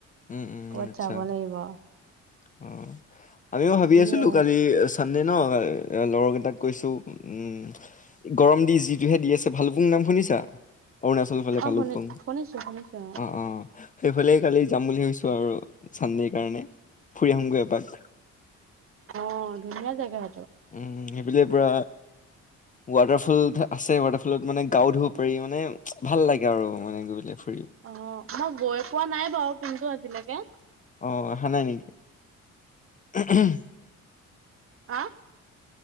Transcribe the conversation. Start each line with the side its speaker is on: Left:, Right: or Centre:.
Left: উম, উম,
Right: ক'বাত
Left: আচ্ছা
Right: যাব লাগিব আৰু।
Left: অ আমিও ভাবি আছিলো
Right: হয়
Left: কালি চানডে ন লগৰকেইটাক কৈছো উম গৰম দি যিটোহে দি আছে ভাল প শুনিছা? অৰুণাচল ফালে
Right: অ
Left: ভালুকপুং,
Right: শুনি শুনিছো শুনিছো
Left: অহ, অহ। সেইফালেই কালি ছো আৰু চান্দে কাৰণে, ফুৰি আহোগৈ এপাক।
Right: অ ধুনীয়া জেগা হ
Left: উম সেইবিলে পৰা ৱাটাৰফল আছে ৱাটাৰফলত মানে গাও ধুব পাৰি, মানে ভাল লাগে আৰু মানে গৈ পেলে
Right: অ মই গৈ পোৱা নাই বাৰু কিন্তু আজিলৈকে
Left: অহ, আহা নাই নেকি? উম
Right: আ